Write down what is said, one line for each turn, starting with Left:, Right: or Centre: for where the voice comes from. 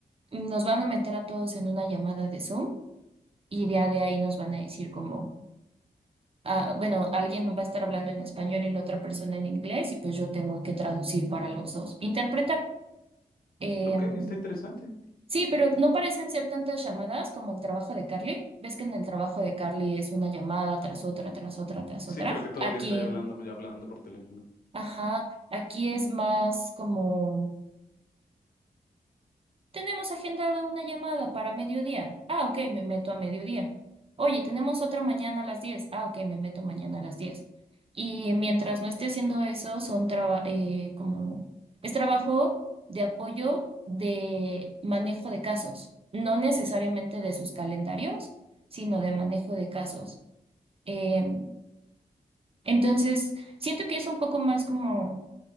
Right: nos van a meter a todos en una llamada de Zoom y ya de ahí nos van a decir como ah, bueno, alguien va a estar hablando en español y la otra persona en inglés y pues yo tengo que traducir para los dos, interpretar. Em,
Left: Ok, está interesante.
Right: sí, pero no parecen ser tantas llamadas como el trabajo de Carly. Ves que en el trabajo de Carly es una llamada tras otra, tras otra, tras
Left: Sí,
Right: otra.
Left: creo que todo
Right: Aquí,
Left: el día estaba yo hablando, yo hablando por teléfono.
Right: ajá, aquí es más como... Tenemos agendado una llamada para mediodía. Ah, ok, me meto a mediodía. Oye, tenemos otra mañana a las 10. Ah, ok, me meto mañana a las 10. Y mientras no esté haciendo eso, son traba- eh, como es trabajo de apoyo de manejo de casos, no necesariamente de sus calendarios, sino de manejo de casos. Em, entonces, siento que es un poco más como